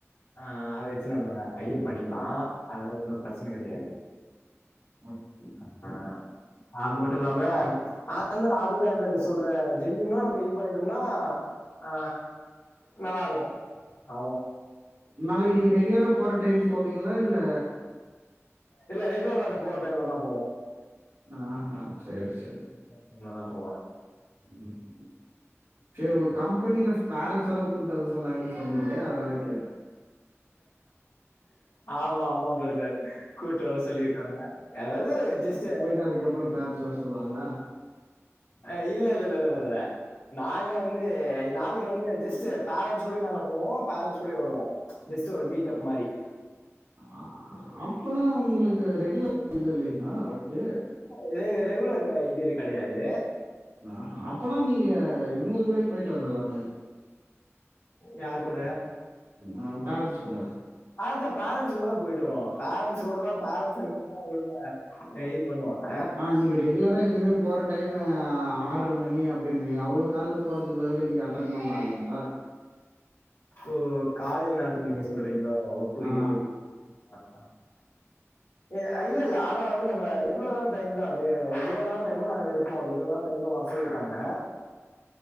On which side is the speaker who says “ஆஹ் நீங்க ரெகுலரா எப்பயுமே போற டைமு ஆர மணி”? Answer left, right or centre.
Right